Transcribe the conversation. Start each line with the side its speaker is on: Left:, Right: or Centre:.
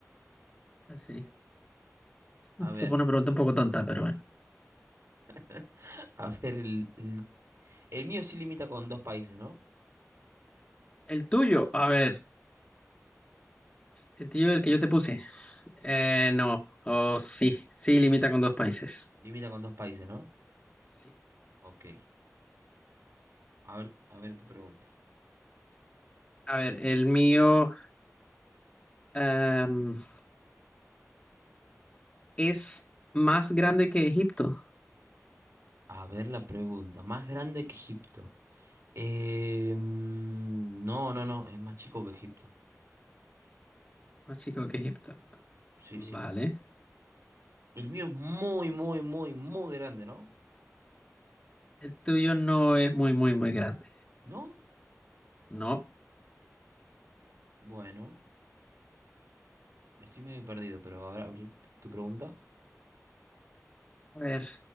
Left: Pues sí. <laughs>
Right: A ver,
Left: Esa fue una pregunta un poco tonta, pero bueno.
Right: <laughs> a ver, el, el, el mío sí limita con dos países, ¿no?
Left: El tuyo, a ver, el tuyo el que yo te puse. Eh, no, oh, sí, sí, limita con dos países.
Right: Limita con dos países, ¿no?
Left: Sí.
Right: Ok. A ver, a ver tu pregunta.
Left: A ver, el mío em, es más grande que Egipto.
Right: A ver la pregunta. Más grande que Egipto. Eh, mm, no, no, no, es más chico que Egipto.
Left: Más chico que Egipto.
Right: Sí,
Left: Vale.
Right: sí. El mío es muy, muy, muy, muy grande, ¿no?
Left: El tuyo no es muy, muy, muy grande.
Right: ¿No?
Left: No.
Right: Bueno, estoy medio perdido, pero a ver, a ver tu pregunta.
Left: A ver,